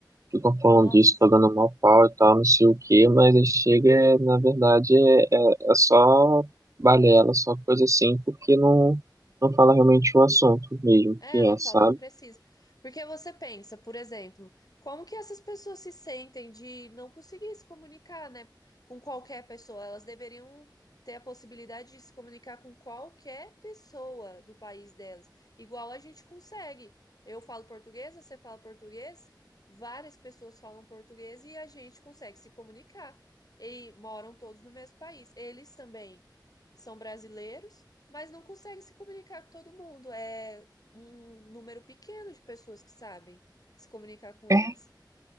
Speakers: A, on the right; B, on the left.
A: ficam falando
B: Nossa.
A: disso, pagando mal pau e tal, não sei o quê, mas aí chega, na verdade, é, é, é só balela, só coisa assim, porque não, não fala realmente o assunto mesmo
B: É,
A: que
B: não
A: é, sabe?
B: falo que precisa. Porque você pensa, por exemplo, como que essas pessoas se sentem de não conseguir se comunicar, né, com qualquer pessoa? Elas deveriam ter a possibilidade de se comunicar com qualquer pessoa do país delas, igual a gente consegue. Eu falo português, você fala português, várias pessoas falam português e a gente consegue se comunicar. E moram todos no mesmo país. Eles também são brasileiros, mas não conseguem se comunicar com todo mundo. É um número pequeno de pessoas que sabem se comunicar com
A: É,
B: eles.